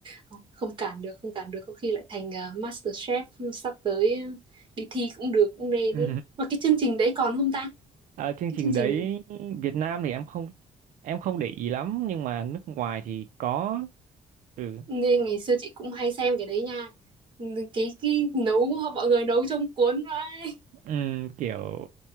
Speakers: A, on the right; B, on the right.
A: Không, không cản được, không cản được. Có khi lại thành uh, Master Chef ừ, sắp tới ờ, đi thi cũng được, cũng nên
B: ừ.
A: ý. Mà cái chương trình đấy còn không ta?
B: Ờ, chương
A: Cái
B: trình
A: chương
B: đấy
A: trình
B: Việt Nam thì em không em không để ý lắm nhưng mà nước ngoài thì có ừ,
A: ngày, ngày xưa chị cũng hay xem cái đấy nha. Ừ, Cái cái nấu mọi người nấu trong cuốn ấy.
B: Ừm, kiểu